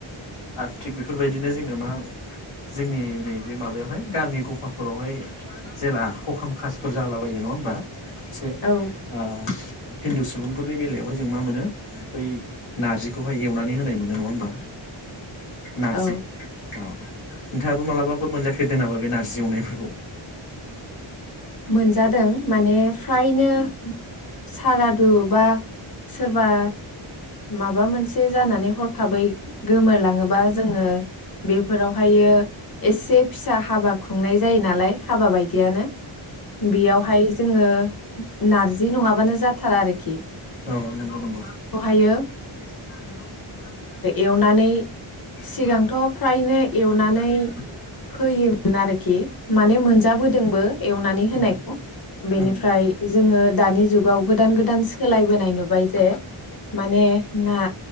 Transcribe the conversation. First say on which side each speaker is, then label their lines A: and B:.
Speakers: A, on the left (about 85°); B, on the left (about 45°).
A: आरो थिग बेफोरबायदिनो जोङो मा जोंनि नैबे माबायावहाय गामि गफाफोरावहाय जेला हखाम खासफोर जालाबायो नङा होमबा? से
B: औ
A: ओ हिन्दु सुबुंफोरनि बेलायावहाय जों मा मोनो बै नार्जिखौहाय एवनानै होनाय मोनो नङा होमबा? नारजि।
B: औ
A: औ नोंथाङाबो मालाबाफोर मोनजाफेरदों नामा बे नारजि एवनायफोरखौ?
B: मोनजादों माने फ्रायनो सारादु बा सोरबा माबा मोनसे जानानै हर खाबै <inaudible> गोमोरलाङोबा जोङो बेफोरावहायो एसे फिसा हाबा खुंनाय जायो नालाय हाबा बायदियानो बेयावहाय जोंङो नारजि नङाबानो जाथारा आरोखि।
A: औ नंगौ नंगौ।
B: बेयो
A: <inaudible>
B: एवनानै सिगांथ' फ्रायनो एवनानै होयोमोन आरोखि माने मोनजाबोदोंबो एवनानै होनायखौ
A: उम
B: बेनिफ्राय
A: ओं
B: जोंङो दानि जुगाव गोदान गोदान सोलायबोनाय नुबाय जे माने ना